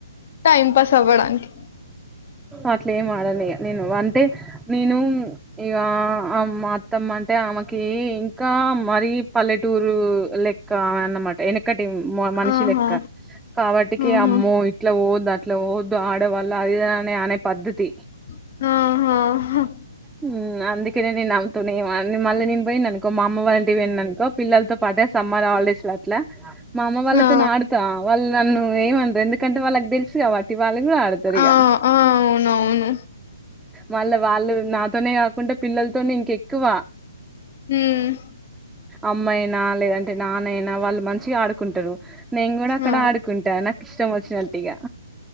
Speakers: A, on the left; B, in the centre.
A: టైం పాస్ అవ్వడానికి
B: అట్లే ఏం ఆడనిగ నేను వంటే నేను ఇగ అమ్మ త్ మత్తం అంటే ఆమెకి ఇంకా మరీ పల్లెటూరు లెక్క ఆమె అన్నమాట ఎనకట్ టీ మనిషులెక్క
A: ఆహా
B: కాబట్టికి
A: ఆహా
B: అమ్మో ఇట్లా పోవద్దు అట్లా పోవద్దు ఆడ వల్ల అది ఇది అనే పద్ధతి
A: ఆహ
B: హు అందుకనే నేను ఆమెతోని ఎం ఆన్ మళ్ళీ నేన్ పోయిన్ననుకో మా అమ్మ వాళ్ళంటికి పోయిననుకో పిల్లతో పాటే సమ్మర్ హాలిడేస్ లో అట్ల మా అమ్మ వాళ్ళతో
A: ఆ
B: నా ఆడుతా వాళ్ళ నన్ను ఏమానరు ఎందుకంటే వాళ్ళకి తెలిసి కాబ వాళ్ళు కూడా ఆడుతారు ఇగ
A: ఆ ఆ అవునవును
B: వాళ్ళ వాళ్ళు నాతోనే కాకుండా పిల్లలతోనే ఇంక ఎక్కువ
A: హ్మ్
B: అమ్మాయినా లేదంటే నాన్నయినా వాళ్ళు మంచిగా ఆడుకుంటురు నేను కూడా అక్కడ
A: ఆ
B: ఆడుకుంటా నాకు ఇష్టం వచ్చిన టిగా